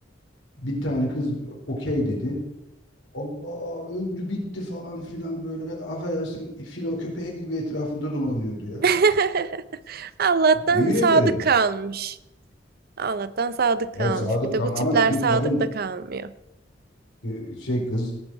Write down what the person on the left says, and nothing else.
Bir tane kız okey dedi. Allah öldü bitti falan filan böyle affedersin filo köpeği gibi etrafında dolanıyordu ya.
Yemin
ederim.
Ya
Sadık
ama
ama kı-
kadın
e, şey kız